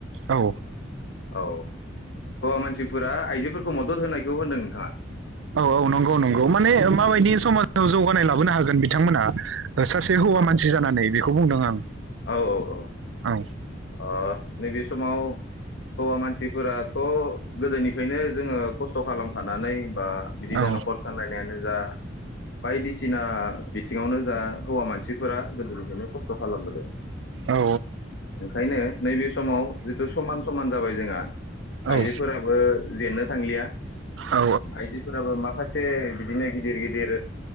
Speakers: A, on the right (about 85°); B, on the left (about 65°).
A: औ
B: औ हौवा मानसिफोरा आइजोफोरखौ मदद होनायखौ होनदों नोंथांङा
A: औ औ नंगौ नंगौ माने माबादि समा ओ जौगानाय लाबोनो हागोन बिथांमोना सासे हौवा मानसि जानानै बे खौ बुंदों आं
B: औ-औ-औ
A: औ
B: ओ नैबे समाव हौवा मानसिफोराथ गोदोनिफ्रायनो जोङो खस्थ खालामखानानै बा बिदिनो
A: औ
B: नखर सालायनायानो जा बायदिसिना बिथिंङावनो जा हौवा मानसिफोरा गोदोनिफ्रायनो खस्थ खालामबोदों ओंखायनो
A: औ
B: नैबे समाव जिथु समान-समान जाबाय जोंहा आइजोफोराबो
A: औ
B: जेननो थांलिया
A: औ
B: आइजोफोराबो माखासे बिदिनो गिदिर-गिदिर